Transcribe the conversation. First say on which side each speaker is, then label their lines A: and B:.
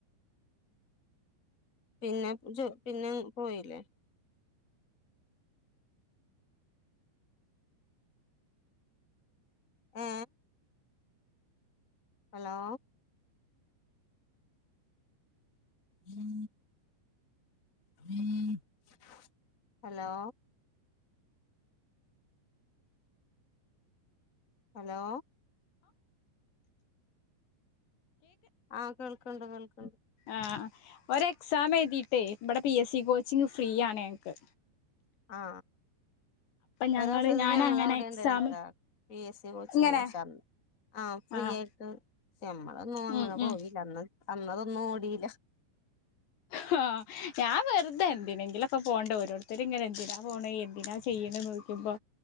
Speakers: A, on the left (about 20°); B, on the left (about 65°).
A: പിന്നെ ജോ പിന്നെ പോയിലെ ഏ ഹലോ ഉ ഉ <unintelligible> ഹലോ ഹലോ ആ കേൾക്ക്ണ്ട് കേൾ
B: ആ ഒരു എക്സാം എഴുതിട്ടേ ഇബടെ P S C coaching free ആണ് ക്കെ
A: ആ
B: ഞങ്ങള്
A: ഒരു ദുവ്സത്തെ
B: ഞാൻ
A: ഞങ്ങളെ
B: അങ്ങനെ
A: അയുടെ
B: എക്സാം
A: ഇണ്ടായിര്ന്നുതാ പി എസ് സി കോച്ചിങ്
B: ഇങ്ങനെ
A: <unintelligible> ആ ഫ്രീ
B: ആഹ്
A: ആയിട്ട് ഞമ്മളൊന്നും അങ്ങനെ
B: ഉം
A: പോയി
B: ഉം
A: ഇല്ല അന്ന് അന്ന് ഇതൊന്നും ഓടീലാ
B: ഹ് ആ ഞാൻ വെർതെ എന്തിനെങ്കിലു പ്പ പോണ്ടേ ഓരോര്ത്തര് ഇങ്ങനെ എന്തിനാ പോണെ എന്തിനാ ചെയ്യ്ണെന്ന് ചോയിക്കുമ്പോ